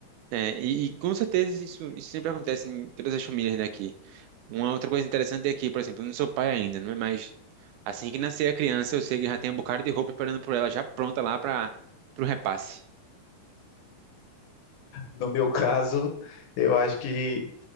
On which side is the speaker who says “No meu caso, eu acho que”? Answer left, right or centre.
Left